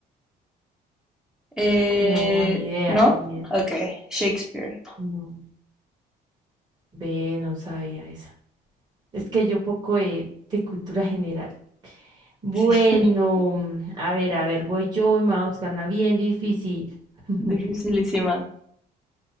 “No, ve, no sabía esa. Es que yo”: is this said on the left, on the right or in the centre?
Right